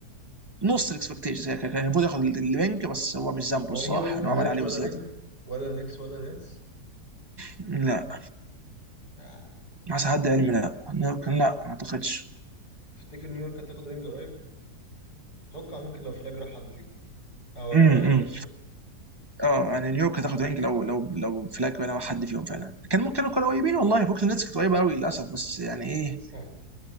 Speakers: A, on the right (about 20°); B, on the left (about 70°).
A: نص الاكسبكتيشنز يعني كان المفروض ياخد الوينج بس هو مش ذنبه
B: هو
A: الصراحه
B: نيويورك
A: انه
B: ما خدتش
A: عمل عليه
B: ولا
A: وزياده
B: رينج ولا نكس ولا نتس
A: لا
B: يعني
A: حسب حد علمي لا لا ما اعتقدش
B: تفتكر نيويورك هتاخد رينج قريب اتوقع ممكن لو فلاج راح حد فيهم او لو
A: امم
B: راح النكس بقى
A: اه يعني نيويورك هتاخد وينج لو لو لو فلاج ولا حد فيهم فعلا كان ممكن كانوا كانوا قريبين والله بوكلين نتس كانت قريبه قوي للاسف بس يعني ايه
B: آه،